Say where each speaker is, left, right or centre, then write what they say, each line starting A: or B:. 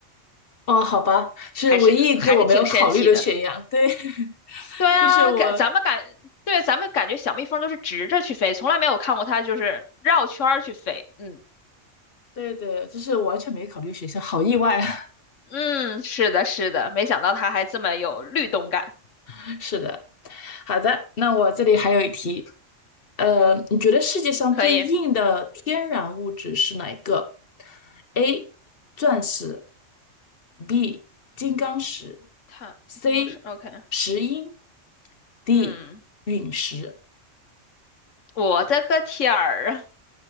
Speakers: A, on the left; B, on the left.
A: 哦，好吧，是唯一一个我没有考虑的选项。
B: 还是还是挺神奇的。
A: 对，<laughs>
B: 对啊，
A: 就是我，
B: 感咱们感对咱们感觉小蜜蜂都是直着去飞，从来没有看过它就是绕圈儿去飞。嗯，
A: 对对，就是我完全没考虑选项，好意外啊！
B: 嗯，是的，是的，没想到它还这么有律动感，
A: <laughs> 是的，好的，那我这里还有一题，呃，你觉得世界上最硬的天然物质是哪一个
B: 可以。嗯，
A: ？A. 钻石，B. 金刚石
B: 它金刚石
A: ，C.
B: OK。
A: 石英，D.
B: 嗯，
A: 陨石。
B: 我的个天儿啊！